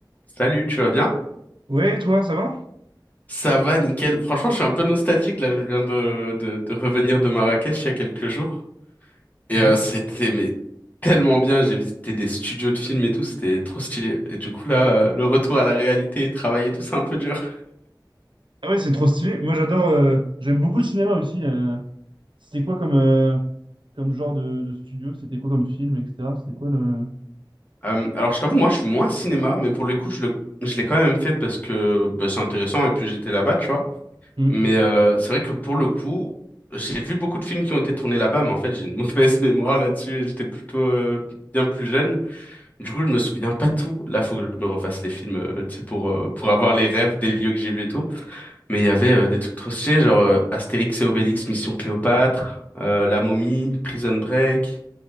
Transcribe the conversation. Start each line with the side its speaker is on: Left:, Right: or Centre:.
Left: Salut, tu vas bien?
Right: Ouais, toi, ça va?
Left: Ça va, nickel. Franchement, je suis un peu nostalgique là. Je viens de, de, de revenir de Marrakech il y a quelques jours. Et
Right: Ouais.
Left: euh, c'était mais tellement bien. J'ai visité des studios de films et tout. C'était trop stylé. Et du coup, là, euh, le retour à la réalité, travailler et tout, c'est un peu dur.
Right: Ah ouais, c'est trop stylé. Moi, j'adore. euh, j'aime beaucoup le cinéma aussi. euh. C'était quoi comme, euh, comme genre de, de studio? C'était quoi comme film, etc. C'était quoi le.
Left: Euh, alors, je t'avoue, moi, je suis moins cinéma, mais pour le coup, je le, je l'ai quand même fait parce que bah, c'est intéressant. Et puis, j'étais là-bas, tu vois.
Right: Hum.
Left: Mais euh, c'est vrai que pour le coup, j'ai vu beaucoup de films qui ont été tournés là-bas, mais en fait, j'ai une mauvaise <laughs> mémoire là-dessus. et J'étais plutôt euh, bien plus jeune. Du coup, je me souviens pas tout. Là, faut que je me refasse les films, euh, tu sais, pour, euh, pour avoir les rêves des lieux que j'ai vus et tout. Mais il y avait euh, des trucs trop stylés, genre euh, Astérix et Obélix, Mission Cléopâtre, euh, La Momie, Prison Break.